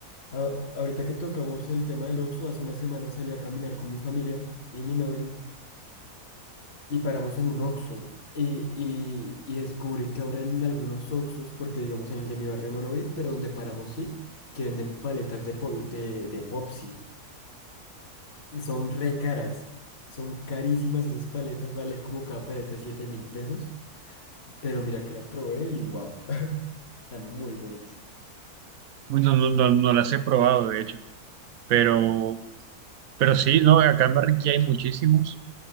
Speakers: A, on the left; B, on the right.
A: a- ahorita que tocamos el tema del Oxxo, hace una semana salí a caminar con mi familia y mi novia y paramos en un Oxxo. Y, y, y descubrí que ahora en algunos Oxxos, porque digamos en el de mi barrio no lo vi, pero donde paramos sí, que venden paletas de, pol- de, de Popsi. Y Son re caras. Son carísimas esas paletas, vale como cada paleta siete mil pesos. Pero mira que las probé y wow, <laughs> están muy buenas.
B: Uy, No, no, no, no las he probado, de hecho, pero, pero sí, ¿no? Acá en Barranquilla hay muchísimos.